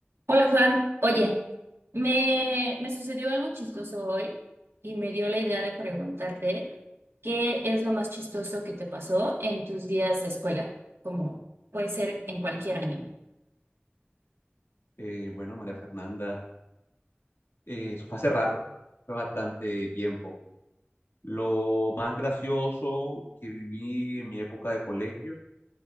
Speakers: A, on the right (about 80°); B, on the left (about 85°).
A: Hola Juan, oye, me, me sucedió algo chistoso hoy y me dio la idea de preguntarte qué es lo más chistoso que te pasó en tus días de escuela, como puede ser en cualquier año.
B: Eh, bueno, María Fernanda, eh, eso fue hace rato, fue bastante tiempo. Lo más gracioso que viví en mi época de colegio,